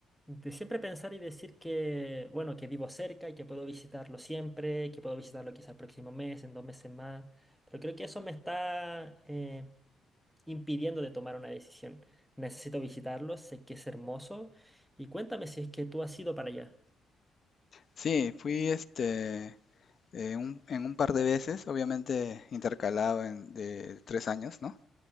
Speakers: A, in the centre; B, on the left.
A: de siempre pensar y decir que, bueno, que vivo cerca y que puedo visitarlo siempre, que puedo visitarlo quizá el próximo mes, en dos meses más, pero creo que eso me está eh, impidiendo de tomar una decisión. Necesito visitarlo, sé que es hermoso y cuéntame si es que tú has ido para allá.
B: Sí, fui, este, eh, un- en un par de veces, obviamente intercalado en, de tres años, ¿no?